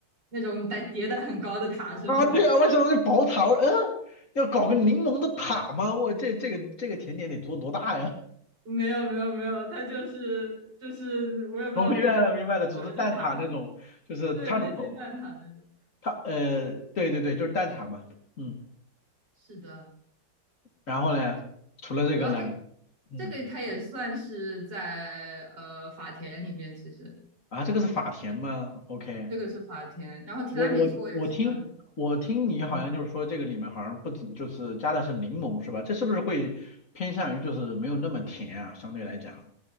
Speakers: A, on the right; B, on the left.
A: 那种得叠的很高的塔是吗？
B: 啊，对啊，我想到是宝塔，
A: <laughs>
B: 我说嗯、要搞个柠檬的塔吗？我这这个这个甜点得做多大呀？
A: 没有没有没有，它就是就是我也不知道该怎么说，
B: <laughs> 我明白了，明白了，只是蛋挞那种，
A: 就塔，
B: 就是塔鲁朵，
A: 对，类似于蛋挞那种。
B: 它呃，对对对，就是蛋挞嘛，嗯，
A: 是的，
B: 然后呢，除了这个呢，
A: 然后它
B: 嗯，
A: 这个它也算是在呃法田里面，其实。
B: 啊，这个是法甜吗？OK，
A: 这个是法甜，然后提拉米苏我也吃的很多，
B: 我我我听我听你好像就是说这个里面好像不怎就是加的是柠檬是吧？
A: 嗯，
B: 这是不是会偏向于就是没有那么甜啊？相对来讲，